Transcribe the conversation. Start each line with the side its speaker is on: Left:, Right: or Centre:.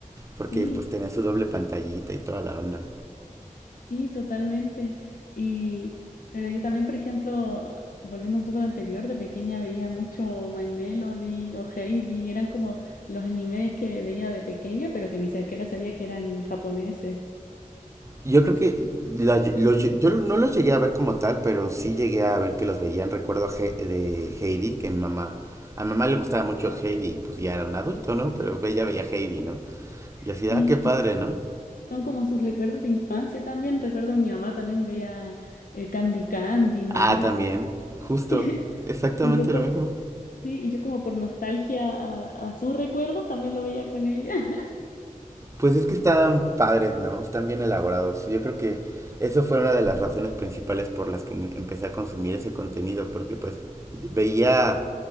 Right: porque
Left: Sí.
Right: pues tenía su doble pantallita y toda la onda.
Left: Sí, totalmente. Y, pero yo también, por ejemplo, volviendo un poco a lo anterior, de pequeña veía mucho My Melody o Heidi, eran como los animes que veía de pequeña, pero que ni siquiera sabía que eran japoneses.
Right: Yo creo que la- los- yo no los llegué a ver como tal, pero sí llegué a ver que los veían. Recuerdo a He- de Heidi, que mi mamá, a mi mamá le gustaba mucho Heidi, y pues ya era un adulto, ¿no? Pero ella veía Heidi, ¿no? Y así,
Left: Sí,
Right: ah, qué
Left: es
Right: padre,
Left: que sí,
Right: ¿no?
Left: son como sus recuerdos de infancia también. Recuerdo a mi mamá también veía eh, Candy Candy, Marco.
Right: Ah, también, justo,
Left: <laughs>
Right: exactamente
Left: Y yo por,
Right: lo mismo.
Left: sí, y yo como por nostalgia a, a sus recuerdos también lo veía con ella. <laughs>
Right: Pues es que están padres, ¿no? Están bien elaborados. Yo creo que eso fue una de las razones principales por las que em- empecé a consumir ese contenido, porque pues veía